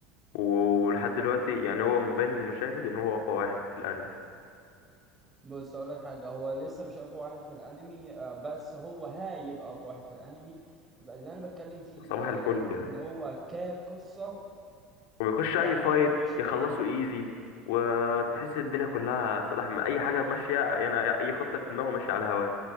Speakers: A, on the left (about 75°); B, on the right (about 20°).
A: ولحد دلوقتي يعني هو مبين المشاهد ان هو اقوى واحد في الانمي
B: بص اقول لك حاجه هو لسه مش اقوى واحد في الانمي آه، بس هو هيبقى اقوى واحد في الانمي بقى اللي انا بتكلم فيه
A: صباح
B: آه،
A: الفل يعني
B: ان هو كقصه
A: وبيخش
B: لا
A: اي فايت
B: هو مش
A: يخلصوا
B: موجود
A: ايزي وتحس الدنيا كلها سلاح ما اي حاجه ماشيه يعني اي خطه في دماغه ماشيه على هواه